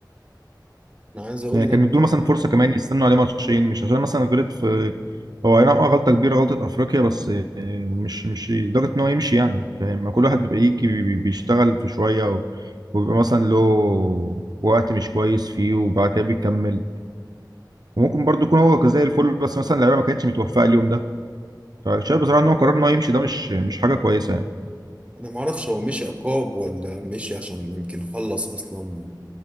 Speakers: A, on the right; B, on the right.
A: انا عايز اقول
B: يعني كان
A: لك
B: يدوا مثلا فرصه كمان يستنوا عليه ماتشين مش عشان مثلا غلط في هو اي نعم آه غلطه كبيره غلطه افريقيا بس آه، مش مش لدرجه ان هو يمشي يعني فاهم ما كل واحد بيبقى يجي بي- بيشتغل في شويه و- وبيبقى مثلا له وقت مش كويس فيه وبعد كده بيكمل وممكن برضه يكون هو كان زي الفل بس مثلا اللعيبه ما كانتش متوفقه اليوم ده فشايف بصراحه ان هو قرار ان هو يمشي ده مش مش حاجه كويسه يعني
A: انا ما اعرفش هو مشي عقاب ولا مشي عشان يمكن خلص اصلا